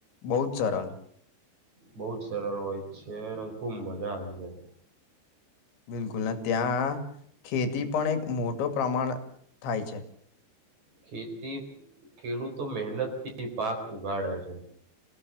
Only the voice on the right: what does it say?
બહુ જ સરળ હોય છે અને ખુબ મજા આવી જાય
ખેતી ખેડૂતો મહેનતથી પાક ઉગાડે છે.